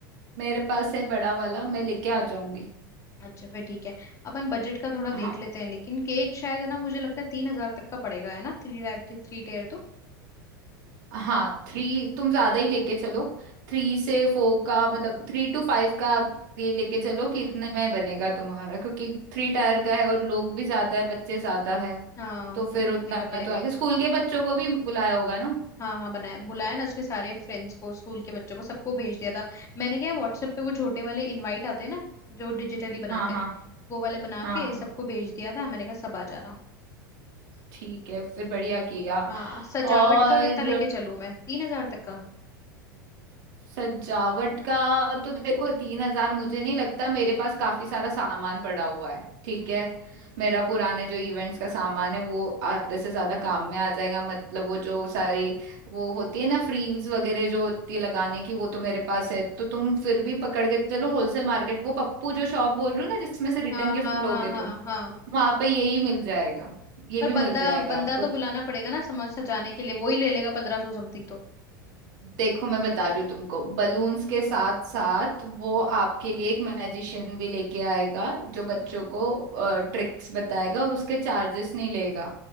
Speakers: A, on the right; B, on the left.
A: मेरे पास है बड़ा वाला मैं लेके आ जाऊंगी
B: अच्छा फिर ठीक है अपन बजट का थोड़ा
A: हाँ
B: देख लेते हैं लेकिन केक शायद है ना मुझे लगता है तीन हजार तक का पड़ेगा है ना थ्री टायर थ्री टेयर तो
A: हाँ थ्री तुम ज्यादा ही लेके चलो थ्री से फोर का मतलब थ्री टू फाइव का आप ये लेके
B: हम्म
A: चलो कि इतने
B: हम्म
A: में बनेगा तुम्हारा क्योंकि थ्री टायर का है और लोग भी ज्यादा है बच्चे ज्यादा है
B: हाँ
A: तो फिर
B: तो इतने
A: उतना
B: का पड़ेगा
A: तो आएगा स्कूल के बच्चों को भी बुलाया होगा ना
B: हाँ हाँ बनाया बुलाया ना उसके सारे फ्रेंड्स को स्कूल के बच्चों को सबको भेज दिया था मैंने क्या है, व्हाट्सएप पे वो छोटे वाले इनवाइट आते हैं ना जो डिजिटली बनाते
A: हाँ हाँ
B: हैं वो वाले बना
A: हाँ
B: के सबको भेज दिया था मैंने कहा सब आ जाना
A: ठीक है फिर बढ़िया किया
B: हाँ सजावट
A: और
B: का कितना लेके चलूं मैं तीन हजार तक का
A: सजावट का तो देखो तीन हजार मुझे नहीं लगता मेरे पास काफी सारा सामान पड़ा हुआ है ठीक
B: हम्म
A: है
B: हम्म
A: मेरा पुराने जो इवेंट्स का सामान है वो आधे से ज्यादा काम में आ जाएगा मतलब वो जो सारी वो होती है ना फ्रील्स वगैरह जो होती है लगाने की वो तो मेरे पास है तो तुम फिर भी पकड़ के चलो होलसेल मार्केट वो पप्पू जो शॉप बोल रही हो ना जिसमें से रिटर्न
B: हाँ
A: गिफ्ट
B: हाँ
A: लोगे
B: हाँ हाँ
A: तुम
B: हाँ
A: वहां पे यही मिल जाएगा ये भी
B: पर
A: मिल
B: बंदा
A: जाएगा
B: बंदा
A: आपको
B: तो बुलाना पड़ेगा ना समाज सजाने के लिए वो ही ले लेगा पंद्रह सौ समथिंग तो
A: देखो मैं बता रही हूँ तुमको बलून्स के साथ साथ वो
B: हम्म
A: आपके लिए एक मैजिशियन भी लेके आएगा जो बच्चों
B: हम्म
A: को ट्रिक्स बताएगा और उसके चार्जेस नहीं लेगा